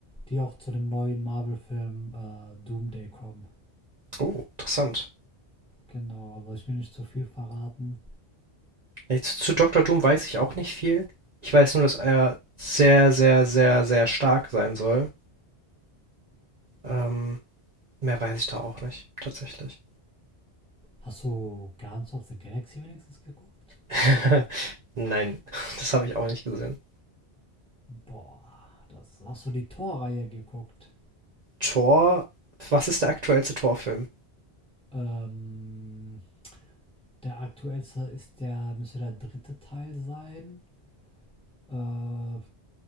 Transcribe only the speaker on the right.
Oh, interessant.
Jetzt zu Dr. Doom weiß ich auch nicht viel. Ich weiß nur, dass er sehr, sehr, sehr, sehr stark sein soll. Ähm, mehr weiß ich da auch nicht, tatsächlich.
<laughs> Nein, das habe ich auch nicht gesehen.
Thor, was ist der aktuellste Thor-Film?